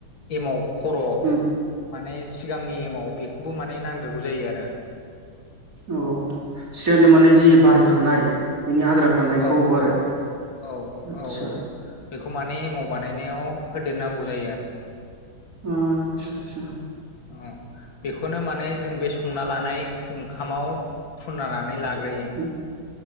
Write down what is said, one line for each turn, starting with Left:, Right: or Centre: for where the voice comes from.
Left: एमाव खर'
Right: उम
Left: माने सिगांनि एमाव बेखौबो माने नांदेरगौ जायो आरो।
Right: औ, सिगांनि माने जि बाहायखानाय
Left: औ
Right: बिनि आद्रा थानायखौ
Left: औ
Right: आरो?
Left: औ, औ
Right: आदसा
Left: औ, बेखौ माने एमाव बानायनायाव होदेरनांगौ जायो आरो।
Right: आथ्सा आथ्सा।
Left: उम बेखौनो माने जों बे संना लानाय ओंखामाव फुनलानानै लाग्रोयो।
Right: उम